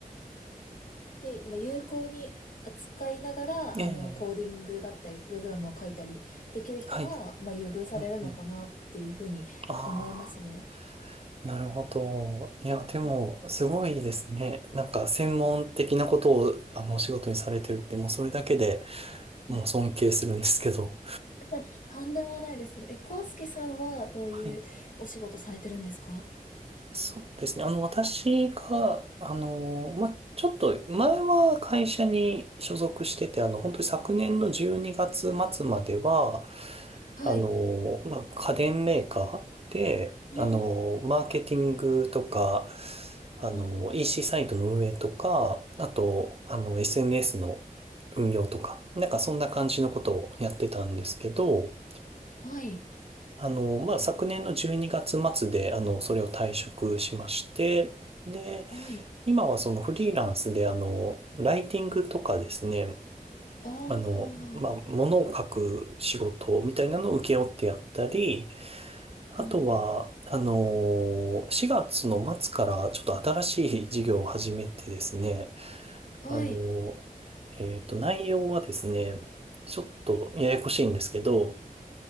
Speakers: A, on the left; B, on the right.
A: で、まあ、有効に扱いながら、
B: ええ。
A: あの、コーディングだったり、プログラムを書いたりできる人が、
B: はい。
A: まあ、優遇されるのかなっていうふうに思いますね。
B: うんうん。ああ、なるほど。いや、でも、
A: はいこ
B: すごいですね。なんか専門的なことを、あの、お仕事にされてるって、もうそれだけでもう尊敬するんですけど。
A: うん <laughs> とんでもないです。え、コウスケさんはどういうお仕事されてるんですか
B: はい。そうですね。あの、私が、あの、ま、ちょっと前は会社に所属してて、あの、本当に昨年の12月末までは、
A: はい。
B: あの、まあ、家電メーカーで、
A: うーん、
B: あの、マーケティングとか、あの、
A: あ
B: EC サイトの運営とか、あと、あの、SNS の運用とか、なんかそんな感じのことをやってたんですけど、
A: あ、はい、
B: あの、まあ、昨年の12月末で、あの、それを退職しまして、で、
A: はい。
B: 今はそのフリーランスで、あの、ライティングとかですね、
A: ああ
B: あの、まあ、ものを書く仕事みたいなのを請け負ってやったり、あとは、
A: うん、ん。
B: あの、4月の末からちょっと新しい事業を始めてですね、
A: はい。
B: あの、えっと、内容はですね、ちょっとややこしいんですけど、